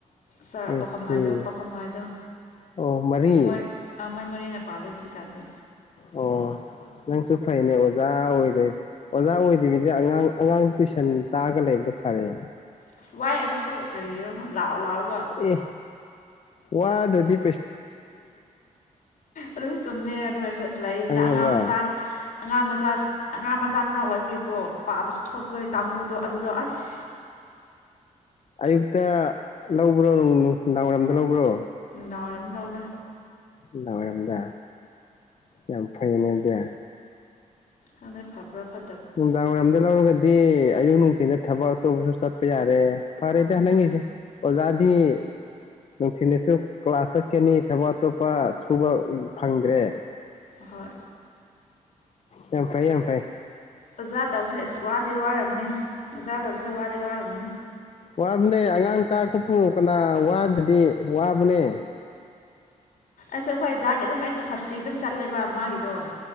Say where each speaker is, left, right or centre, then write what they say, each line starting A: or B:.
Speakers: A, on the left; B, on the left.
A: ꯁꯥꯔ
B: ꯀ꯭ꯔꯦꯁꯤ
A: ꯄꯥꯎꯈꯐꯝꯒꯥꯏꯗꯣ ꯄꯥꯎꯈꯐꯝꯒꯥꯏꯗꯣ
B: ꯑꯣ ꯃꯔꯤ
A: ꯃꯣꯏ ꯃꯣꯏ ꯃꯔꯤꯅ ꯄꯂꯔ ꯆ ꯀꯥꯟꯗꯦ
B: ꯑꯣ ꯅꯪꯁꯨ ꯐꯩꯅꯦ ꯑꯣꯖꯥ ꯑꯣꯏꯗꯦ ꯑꯣꯖꯥ ꯑꯣꯏꯗ꯭ꯕꯤꯗ ꯑꯉꯥꯡ ꯑꯉꯥꯡꯗꯨ ꯇꯨꯏꯁꯟ ꯇꯥꯔꯒ ꯂꯩꯕꯗꯣ ꯐꯔꯦ
A: ꯑꯁ ꯋꯥꯏ ꯑꯗꯨꯁꯨ ꯀꯔꯤꯅꯣ ꯂꯥꯎꯑꯣ ꯂꯥꯎ
B: ꯑꯦ ꯋꯥ ꯑꯗꯨꯗꯤ
A: ꯑꯗꯨ ꯆꯨꯝꯃꯦ ꯑꯗꯨ ꯑꯣꯏꯔꯁꯨ ꯑꯁꯨ ꯂꯩ
B: ꯈꯪꯉꯕ
A: ꯑꯉꯥꯡ ꯃꯆꯥ ꯑꯉꯥꯡ ꯃꯆꯥ ꯑꯉꯥꯡ ꯃꯆꯥ ꯃꯆꯥ ꯑꯣꯏꯕꯔꯤꯀꯣ ꯄꯥꯕꯁꯨ ꯊꯣꯛꯇꯕꯒꯤ ꯀꯥꯡꯒꯨꯗꯣ ꯑꯗꯨꯗꯣ ꯑꯁ
B: ꯑꯌꯨꯛꯇ ꯂꯧꯕ꯭ꯔꯣ ꯅꯨꯡꯗꯥꯡ ꯋꯥꯏꯔꯝꯗ ꯂꯧꯕ꯭ꯔꯣ
A: ꯗꯥꯔꯗꯎꯒꯦ
B: ꯉꯔꯝꯗ ꯁꯝꯄꯨ ꯎ ꯐꯩꯅꯗꯤꯦ
A: ꯍ ꯐꯕ꯭ꯔ ꯐꯥ
B: ꯎ ꯗꯔꯗ ꯂꯔꯒ ꯗꯤ ꯑꯌꯨꯛ ꯅꯨꯡꯊꯤꯟ ꯊꯕꯛ ꯑꯇꯣꯞꯄꯁꯨ ꯆꯠꯄ ꯌꯥꯔꯦ ꯐꯔꯦꯗ
A: ꯎꯝ
B: ꯅꯪꯦꯁꯦ ꯑꯣꯖꯥ ꯗꯤ ꯅꯨꯡꯊꯤꯜꯗꯁꯨ ꯀ꯭ꯂꯥꯁ ꯆꯠꯀꯅꯤ ꯊꯕꯛ ꯑꯇꯣꯞꯄ ꯁꯨꯕ ꯐꯪꯗ꯭ꯔꯦ
A: ꯑꯍꯣꯏ
B: ꯌꯥꯝ ꯐꯥꯏ ꯌꯥꯝꯐꯥꯏ
A: ꯑꯣꯖꯥ ꯇꯧꯕꯁꯦ ꯑꯁ ꯋꯥꯗꯤ ꯋꯥꯝꯅꯤ ꯑꯣꯖꯥ ꯇꯧꯕꯁꯦ ꯋꯥꯗꯤ ꯋꯥꯝꯅꯤ
B: ꯋꯥꯕꯅꯦ ꯑꯉꯥꯡ ꯇꯥ ꯀꯄꯣꯡ ꯋꯥꯗꯗꯤ ꯋꯥ ꯃꯅꯦ
A: ꯑꯁꯨ ꯑꯩꯈꯣꯏ ꯗꯥꯒꯤ ꯑꯗꯨꯝ ꯑꯩꯁꯨ ꯁꯞꯕꯁꯤꯤ ꯑꯗꯨꯝ ꯆꯠꯂꯦꯕ ꯃꯥꯒꯤꯗꯣ